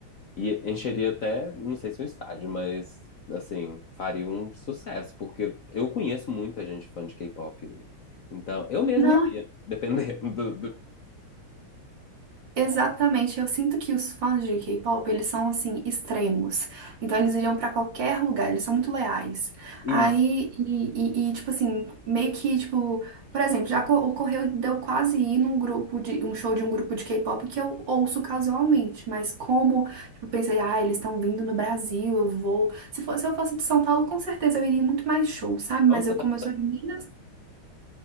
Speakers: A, on the left; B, on the right.
A: e encheria até, não sei se um estádio, mas assim, faria um sucesso, porque eu conheço muita gente fã de K-pop. Então, eu mesmo
B: Não.
A: iria, dependendo do, do...
B: Exatamente, eu sinto que os fãs de K-pop, eles são assim extremos. Então eles iriam pra qualquer lugar, eles são muito leais.
A: Isso.
B: Aí e, e- e, tipo assim, meio que tipo, por exemplo, já co- ocorreu de eu quase ir num grupo de um show de um grupo de K-pop que eu ouço casualmente, mas como tipo, eu pensei, ah, eles estão vindo no Brasil, eu vou. Se fosse, se eu fosse de São Paulo, com certeza eu iria em muito mais show, sabe? Mas
A: Onde
B: eu
A: você
B: como
A: tá?
B: eu sou de Minas,